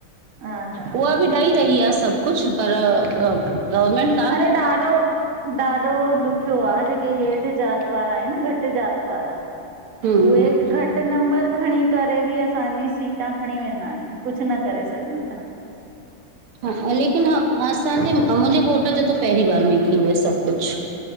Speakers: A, on the right; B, on the right.
A: हा हा
B: उहा
A: हा
B: बी ॾई रही आह सभ कुछ पर गवर्नमेंट
A: अरे ॾाढो ॾाढो ॾुखियो आह जेके हेठ जात वारा आहिन घट जात वारा
B: हम्म
A: उहे घट नंबर खणी करे बी असांजी सीटा खणी वेंदा आहिन कुछ न करे सघूं था
B: हा ले लेकिन हां असांजे मुंहिंजे घोट जो त पहिरीं बार में ई थी वियोस सभ कुछ